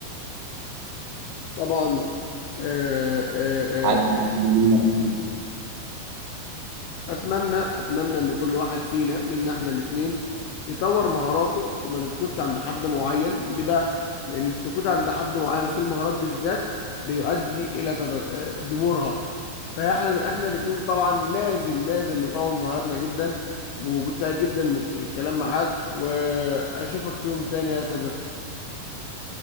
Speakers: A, on the left; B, on the right.
A: طبعا آه، آه،
B: حاجه
A: آه،
B: مفيده لينا
A: اتمنى اتمنى ان كل واحد فينا منا احنا الاثنين يطور مهاراته وما نسكتش عند حد معين ليه بقى لان السكوت عند حد معين في المهارات بالذات بيؤدي الى تد- دمورها فاحنا احنا الاثنين طبعا لازم لازم نطور مهاراتنا جدا ووجود سعيد جدا للم- للكلام معاك واشوفك في يوم تاني يا صديقي